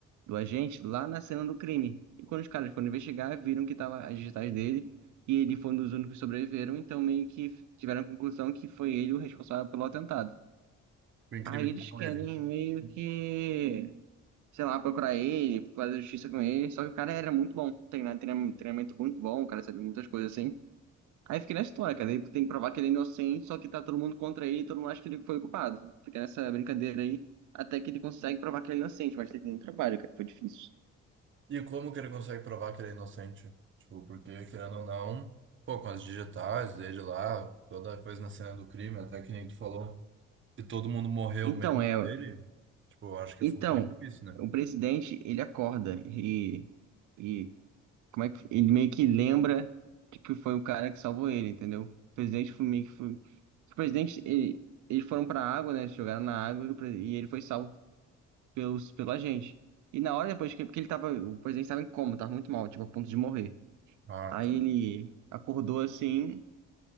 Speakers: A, on the right (about 75°); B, on the right (about 40°).
A: do agente lá na cena do crime. E quando os caras foram investigar, viram que tava as digitais dele e ele foi um dos únicos que sobreviveram, então meio que tiveram a conclusão que foi ele o responsável pelo atentado.
B: Incriminaram
A: Aí eles querem
B: ele.
A: meio que, sei lá, procurar ele, fazer justiça com ele, só que o cara era muito bom, treinamento, treinamento muito bom, o cara sabia muitas coisas assim. Aí fica nessa história, cara. Ele tem que provar que ele é inocente, só que tá todo mundo contra ele, todo mundo acha que ele foi o culpado. Fica nessa brincadeira aí, até que ele consegue provar que ele é inocente, mas teve muito trabalho, cara, foi difícil.
B: E como que ele consegue provar que ele é inocente? Tipo, porque, querendo ou não, pô, com as digitais dele lá, toda a coisa na cena do crime, até que nem tu falou que todo mundo morreu
A: Então,
B: menos
A: é.
B: ele, tipo, eu acho que
A: Então,
B: foi muito difícil, né?
A: o presidente, ele acorda e. E. Como é que. Ele meio que lembra de que foi o cara que salvou ele, entendeu? O presidente foi meio que. Foi, o presidente, ele, eles foram pra água, né? Eles jogaram na água e o pre- e ele foi salvo pelos, pela gente. E na hora depois que porque ele tava, o presidente estava em coma, tava muito mal, tipo, a ponto de morrer.
B: Ah,
A: Aí
B: tá.
A: ele acordou assim,